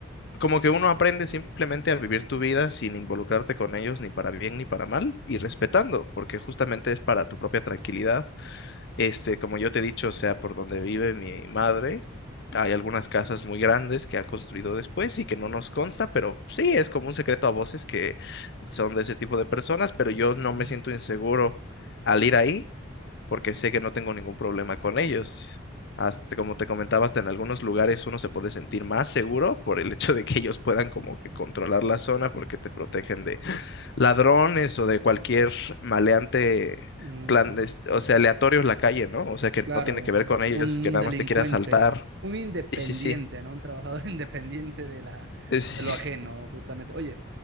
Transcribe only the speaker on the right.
Mm,
mm,
claro,
un
delincuente,
un independiente,
¿no? Un trabajador <laughs> independiente de la,
de lo ajeno,
justamente. Oye,